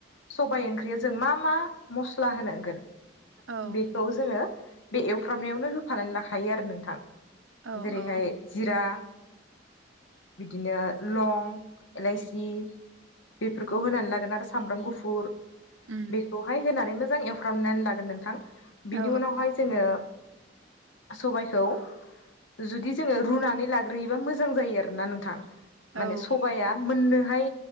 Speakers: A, on the left (about 80°); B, on the right (about 80°).
A: सबाय ओंख बियाव जों मा मा मस्ला होनोगोन?
B: औ
A: बेखौ जोङो बे एवफ्रामनायावनो होफ फानानै लाखायो आरो नोंथां।
B: औ
A: जेरैहाय
B: औ
A: जिरा बिदिनो लं एलाइसि बेफोरखौ होनानै लागोन आरो स सामब्राम गुफुर
B: उम
A: बेखौहाय होनानै मोद जां एवफ्रामनानै लागोन नोंथां। बिनि
B: औ
A: उनावहाय जोङो सबायखौ जुदि जोङो रुनानै लाग्रोयोबा मोजां जायो आरोना नोंथां। माने
B: औ
A: सबाया मोननो हाय